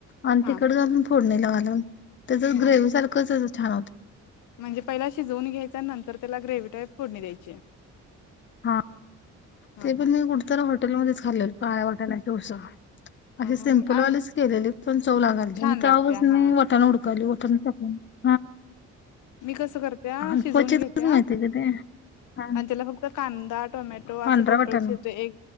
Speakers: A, on the left; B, on the left.
A: आणि
B: हा
A: तिखट घालून फोडणीला घालून त्याच
B: हा
A: ग्रेव्ही
B: हा
A: सारख त्यज छान होत
B: म्हणजे पहिला शिजवून घ्यायचा नंतर त्याला ग्रेव्ही टाईप फोडणी द्यायची.
A: हा
B: हा
A: ते पण
B: हा
A: मी कुठतर हॉटेलमध्येच खाल्लेल कळ्या वाटाण्याची उसळं. अशी
B: हा
A: सिंपल
B: हा आम
A: वालीच केलेली पण चव लागालते
B: छान
A: म
B: लागत्या
A: तेव्हापासण
B: हा
A: मी वटण हुडकायलोय वटण <inaudible>
B: मी कस करत्या
A: आणि
B: शिजवून
A: क्वचितच
B: घेत्या
A: माहिती का ते हा
B: आणि त्याला फक्त कांदा टोमॅटो
A: पांढरा
B: असं बक्कळ
A: वाटाणा
B: शेतोय एक